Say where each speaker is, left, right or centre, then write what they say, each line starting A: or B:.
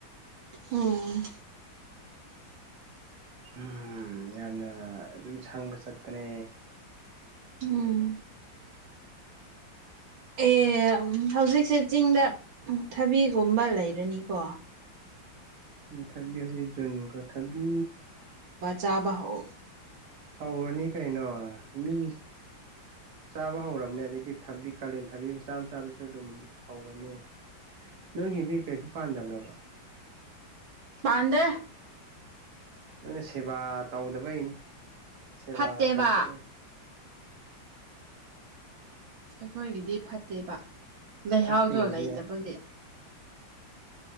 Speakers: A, on the right; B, on the right.
A: ꯎꯝ
B: ꯎꯝ ꯌꯥꯝꯅ ꯑꯗꯨꯝ ꯁꯪꯕ ꯆꯠꯄ ꯀ
A: ꯎꯝ ꯑꯦ ꯍꯧꯖꯤꯛꯁꯦ ꯆꯤꯡꯗ ꯊꯕꯤꯒꯨꯝꯕ ꯂꯩꯔꯅꯤꯀꯣ
B: ꯊꯕꯤ ꯍꯧꯖꯤꯛ ꯖꯨꯟꯒꯣ ꯊꯕꯤ
A: ꯆꯥꯕꯧ
B: ꯍꯧꯔꯅꯤ ꯀꯩꯅꯣ ꯃꯤ ꯆꯥꯕ ꯍꯧꯔꯕꯅꯦ ꯑꯗꯒꯤ ꯊꯕꯤ ꯀꯥꯂꯦꯟ ꯊꯕꯤ ꯃꯆꯥ ꯃꯆꯥꯗꯨꯁꯨ ꯑꯗꯨꯝ ꯍꯧꯔꯅꯤ ꯂꯒꯤꯗꯤ ꯀꯩꯁꯨ ꯄꯥꯟꯗꯕ꯭ꯔꯕ
A: ꯍꯗ
B: ꯅꯣꯏꯅ ꯁꯦꯕꯥ ꯇꯧꯗꯕꯩꯅꯦ ꯁꯦꯕꯥ
A: ꯐꯠꯇꯦꯕ
B: ꯍꯥꯏꯗꯕ
A: ꯑꯩꯈꯣꯏꯒꯤꯗꯤ ꯐꯠꯇꯦꯕ ꯂꯩꯍꯥꯎꯗꯣ
B: ꯐꯠꯇ꯭ꯔꯤꯉꯩꯗ
A: ꯂꯩꯇꯕꯒꯤ